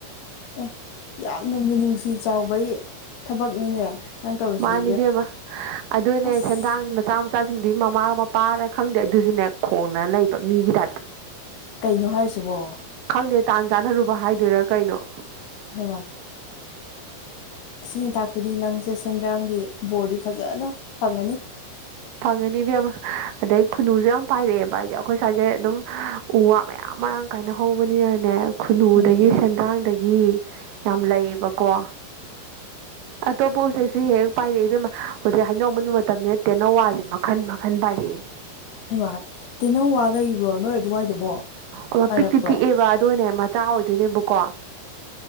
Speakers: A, on the left (about 70°); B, on the right (about 80°).
A: ꯑꯦ ꯌꯥꯝꯅ ꯃꯤꯅꯨꯡꯁꯤ ꯆꯥꯎꯕꯒꯤ ꯊꯕꯛꯅꯤꯅꯦ ꯅꯪ ꯇꯧꯔꯤꯁꯤꯗꯤ
B: ꯃꯥꯅꯤ ꯏꯕꯦꯝꯃ ꯑꯗꯨꯅꯦ
A: ꯑꯁ
B: ꯁꯦꯟꯗꯥꯡ ꯃꯆꯥ ꯃꯆꯥꯁꯤꯡꯗꯨꯒꯤ ꯃꯃꯥꯒ ꯃꯄꯥꯒ ꯈꯪꯗꯦ ꯑꯗꯨꯁꯨꯅꯦ ꯈꯣꯡꯅ ꯂꯩꯕ ꯃꯤꯒꯤ ꯇꯥꯏꯞꯇ
A: ꯀꯩꯅꯣ ꯍꯥꯏꯁꯤꯕꯣ
B: ꯈꯪꯗꯦ ꯇꯥꯟ ꯆꯥꯟꯅꯔꯨꯕ ꯍꯥꯏꯗꯣꯏꯔꯥ ꯀꯩꯅꯣ
A: ꯍ <unintelligible> ꯑꯁꯤꯅꯤ ꯇꯥꯛꯄꯗꯤ ꯅꯪꯁꯦ ꯁꯦꯟꯗ꯭ꯔꯥꯡꯒꯤ ꯕꯣꯔꯗꯤ ꯐꯖꯅ ꯐꯪꯉꯅꯤ
B: ꯐꯪꯒꯅꯤꯕꯦꯝ ꯑꯃ ꯑꯗꯩ ꯐꯨꯅꯨꯁꯨ ꯌꯥꯝ ꯄꯥꯏꯔꯛꯑꯦꯕ ꯍꯥꯏꯗꯤ ꯑꯩꯈꯣꯏ ꯁ꯭ꯋꯥꯏꯖꯦ ꯑꯗꯨꯝ ꯎ ꯋꯥ ꯃꯌꯥꯝ ꯃꯔꯥꯡ ꯀꯥꯏꯅ ꯍꯧꯕꯅꯤꯅꯅꯦ ꯈꯨꯟꯅꯨꯗꯒꯤ
A: ꯎꯝ ꯎꯝ
B: ꯁꯦꯟꯗ꯭ꯔꯥꯡꯗꯒꯤ ꯌꯥꯝ ꯂꯩꯌꯦꯕꯀꯣ ꯑꯇꯣꯞꯄ ꯎꯆꯦꯛꯁꯤꯦ ꯍꯦꯛ ꯄꯥꯏꯔꯛꯏꯕꯦꯝꯃ ꯍꯧꯖꯤꯛ ꯍꯥꯏꯅꯝꯕ ꯃꯇꯝꯅꯤ ꯅ ꯅꯋꯥꯁꯦ ꯃꯈꯟ ꯃꯈꯟ ꯄꯥꯏꯔꯛꯑꯦ
A: ꯍ ꯋꯥ ꯇꯦꯅꯧꯋꯥ ꯂꯩꯕ꯭ꯔꯣ ꯅꯣꯏ ꯑꯗꯨꯋꯥꯏꯗꯨꯕꯣ
B: ꯑꯣ
A: ꯄꯥꯏꯔꯛꯄ꯭ꯔꯣ
B: ꯄꯤꯛꯇꯤ ꯄꯤꯛꯑꯦꯕ ꯑꯗꯨꯅꯦ ꯃꯆꯥ ꯑꯣꯏꯗꯣꯏꯅꯦꯕꯀꯣ